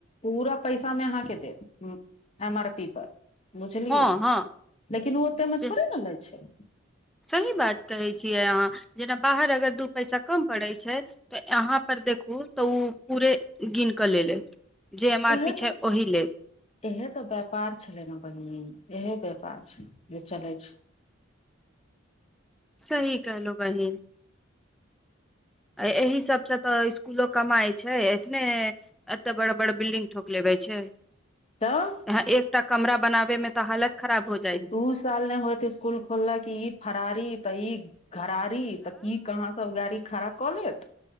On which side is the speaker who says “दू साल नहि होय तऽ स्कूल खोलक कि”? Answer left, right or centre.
Left